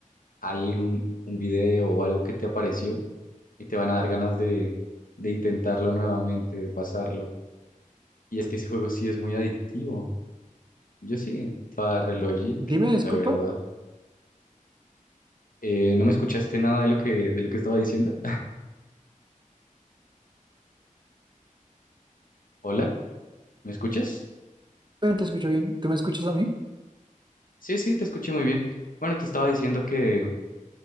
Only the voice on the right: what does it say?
Dime, disculpa,
pero no te escucho bien. ¿Tú me escuchas a mí?